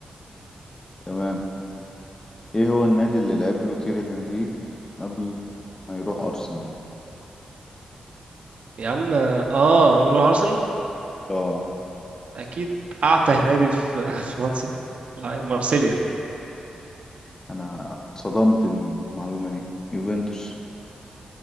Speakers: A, on the left; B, on the right.
A: تمام ايه هو النادي اللي لعب له تيري هنري قبل ما يروح ارسنال
B: يا عم اه عمرو ارسنال
A: اه
B: اكيد اعتى نادي في <laughs> في فرنسا لا، مارسيليا
A: انا اتصدمت من المعلومة دي يوفنتوس